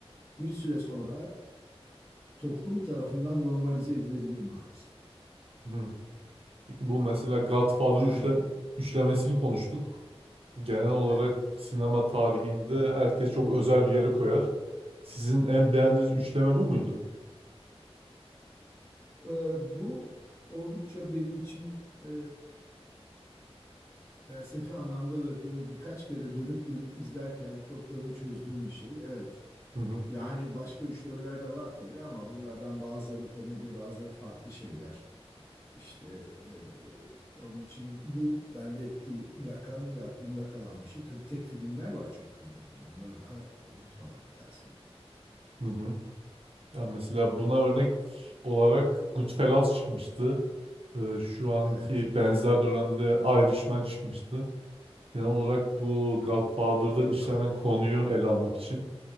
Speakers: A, on the left (about 25°); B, on the right (about 65°).
A: bir süre sonra toplum tarafından normalize edilebilir maalesef.
B: hı. Peki bu mesela Godfather
A: Yani
B: üçle, üçlemesini konuştuk. Genel olarak
A: evet.
B: sinema tarihinde herkes çok özel bir yere koyar. Sizin en beğendiğiniz üçleme bu muydu?
A: Ee, bu oldukça benim için e, felsefi anlamda da böyle birkaç kere dönüp dönüp izlerken kodlarını çözdüğüm bir şey. Evet.
B: Hı hı.
A: Yani başka üçlemeler de var tabii ama bunlardan bazıları komedi, bazıları farklı şeyler. İşte e, onun için bu bende etki bırakan ve aklımda kalan bir şey. Tabii tek filmler var çok kıymetli. Onları da unutmamak lazım mutlaka.
B: Hı hı. Ya mesela buna örnek olarak Goodfellas çıkmıştı. Ee, şu anki
A: Evet.
B: benzer dönemde Irishman çıkmıştı. Genel olarak bu Godfather'da işlenen
A: I-
B: konuyu ele almak için.